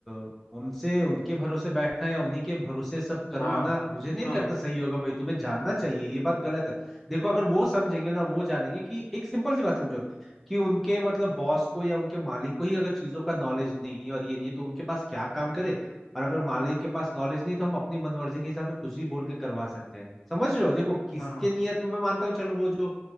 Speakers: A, in the centre; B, on the left (about 80°).
A: अ, उनसे उनके भरोसे बैठना या उन्हीं के भरोसे सब करवाना
B: हाँ
A: मुझे नहीं
B: हाँ
A: लगता सही होगा भाई तुम्हें जानना चाहिए ये बात गलत है देखो अगर वो समझेंगे ना वो जानेंगे कि एक सिंपल सी बात समझो कि उनके मतलब बॉस को या उनके मालिक को ही अगर चीजों का नॉलेज नहीं है और ये नहीं है तो उनके पास क्या काम करे और अगर मालिक के पास नॉलेज नहीं है, तो हम अपनी मनमर्जी के हिसाब से कुछ भी बोल के करवा सकते हैं समझ रहे हो देखो किसके
B: हाँ हाँ
A: नियत में मैं मानता हूँ चलो वो जो